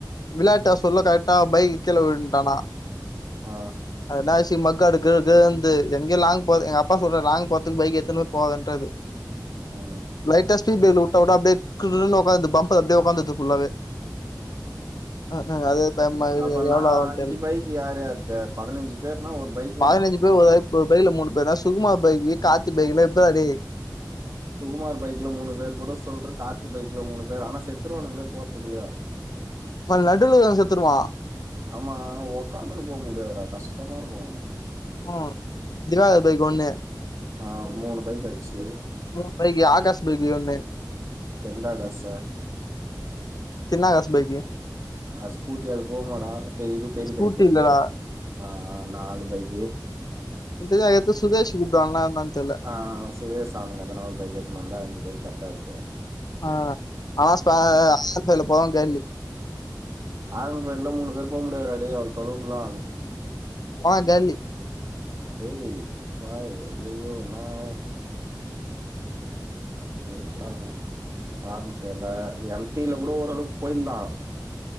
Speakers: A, on the left (about 60°); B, on the right (about 35°).
A: விளையாட்டா சொல்ல கரெக்டா பைக்கு கீழ விழுன்ட்டானா
B: ஆஹ்
A: அதுதா அசி மக்காடு ககன்ந்து எங்கயு லாங் போது எங்க அப்பா சொல்ற லாங் போறதுக்கு பைக் எத்துனு போகாதன்றாரு
B: உம்
A: லைட்ட்ஸ்ட்டு திடீன்னு உட்டா கூட அப்டியே கிர்ன்னு உக்காருது பம்பர் அப்டியே உக்காந்துருது ஃபுல்லாவே
B: ஆஹ்
A: ம் ம் அது பயமா இருக்குது
B: அப்ப நா
A: எவ்ளோ ஆகும்னு
B: அஞ்சு
A: தெர்ல
B: பைக் யார்யாருது பதினஞ்சு பேருனா ஒரு பைக்
A: பதினஞ்சு பேர் ஒரு ஒரு பைக்ல மூணு பேருனா சுகுமா பைக் கார்த்தி பைக்ல்லா <unintelligible>
B: சுகுமாரு பைக்ல மூணு பேர் கூட சொல்றரு கார்த்தி பைக்ல மூணு பேர் ஆனா செத்துருவானுங்கள போறதுக்குள்ள
A: இப்ப நடுல இருக்கவே செத்துருவா
B: ஆமா உக்காந்துன்னு போ முடியாதுடா கஷ்டமாருக்கு
A: ஹ திவாகரு பைக்கு ஒன்னு
B: ஆஹ் மூணு பைக் ஆச்சு
A: மூண் நாளைக்கு ஆகாசு பைக்கு ஒண்ணு
B: எந்தா காச
A: சின்னா காசு பைக்கு
B: அ ஸ்கூட்டி அது போகுமாடா இது பெரிய
A: ஸ்கூட்டி
B: பைக்கு ஓகே
A: இல்லடா
B: ஆ நாலு பைக்கு
A: திவ்யா எதோ சுதேஷ்னு கூப்டுவாங்களா என்னனு தெர்ல
B: ஆ சுரேஷ் ஆனந்த் எதனா ஒரு பைக்கு எத்தனு வந்தா அஞ்சு பைக் கரெக்டா இருக்கு
A: ஆ அதா ஸ்பே ஆறு பேர்ல போலா கெளம்பி
B: ஆனந்து பைக்லலா மூணு பேரு போக முடியாது டா டேய் தொடுவோம்ல
A: ஆ கேர்லி
B: டேய் பா அய்யய்யோ <unintelligible> கூட வேணா ஆர் ஒன் ஃபைவ்ல்ல எம்ட்டில கூட ஓரளவுக்கு போயிட்லா